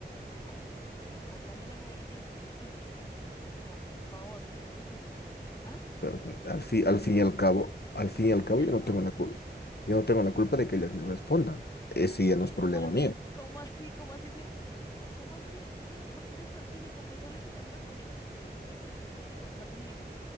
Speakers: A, on the left; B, on the left.
A: a- hablándoles a ellas de ti. O sea, por favor, dime qué es eso. ¿Ah?
B: Pero al
A: Y
B: fin,
A: si te
B: al
A: hace
B: fin
A: la...
B: y al cabo, al fin y al
A: Al
B: cabo,
A: final,
B: yo
A: ¿qué
B: no
A: hago
B: tengo
A: qué?
B: la culpa. Yo no tengo la culpa de que ellas me respondan. Ese ya no es
A: ¿Cómo
B: problema
A: así?
B: mío.
A: ¿Cómo así? ¿Cómo así? Sí. sí, ¿Cómo así? No seas- ¿por qué eres tan cínico? Pues obvio que te van a responder si, si le estás escribiendo desde el WhatsApp mío.